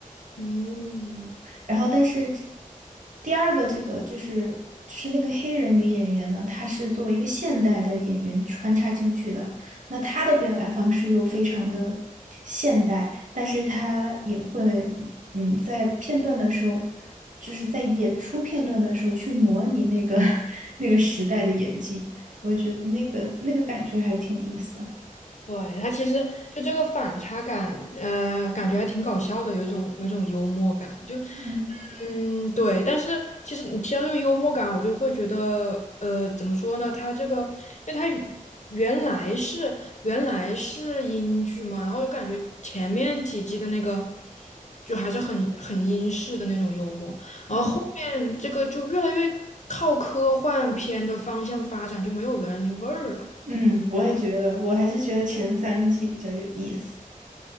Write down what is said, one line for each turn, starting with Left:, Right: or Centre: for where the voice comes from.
Left: 嗯，
Right: 然后但是第二个这个就是就是那个黑人女演员呢，她是作为一个现代的演员穿插进去的，那她的表达方式又非常的现代，但是她也会嗯在片段的时候。就是在演出片段的时候去模拟那个 <laughs> 那个时代的演技，我也觉得那个那个感觉还挺有意思的。
Left: 对，他其实就这个反差感，呃，感觉还挺搞笑的，有一种有一种幽默感，就，
Right: 嗯
Left: 嗯，对。但是其实你提到这个幽默感，我就会觉得，呃，怎么说呢？他这个，因为他原来是原来是英剧嘛，然后就感觉前面几季的那个就还是很很英式的那种幽默，然后后面这个就越来越靠科幻片的方向发展，
Right: 嗯
Left: 就没有原来那味儿了。
Right: 嗯，我也觉得，我还是觉得前三季比较有意思。